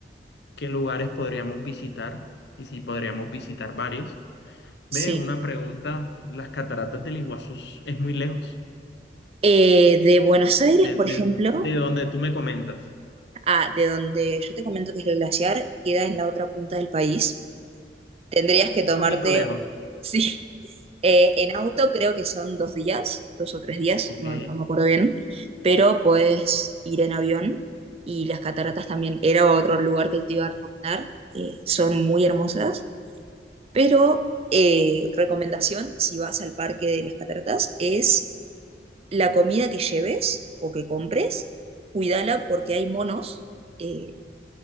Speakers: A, on the left (about 70°); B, on the right (about 35°).
A: qué lugares podríamos visitar y si podríamos visitar varios.
B: sí.
A: Ve, una pregunta, las cataratas del Iguazú es muy lejos,
B: Eh, de Buenos Aires,
A: de,
B: por
A: de-
B: ejemplo.
A: de donde tú me comentas.
B: Ah, de donde yo te comento que es el glaciar, queda en la otra punta del país. Tendrías que
A: Un
B: tomarte,
A: poquito lejos.
B: <laughs> sí, eh, en auto creo que son dos días, dos o tres días,
A: Ok,
B: no, no me acuerdo bien, pero puedes ir en avión y las cataratas también era otro lugar que te iba a recomendar. eh, son muy hermosas, pero eh, recomendación si vas al parque de las cataratas es la comida que lleves o que compres, cuídala porque hay monos eh,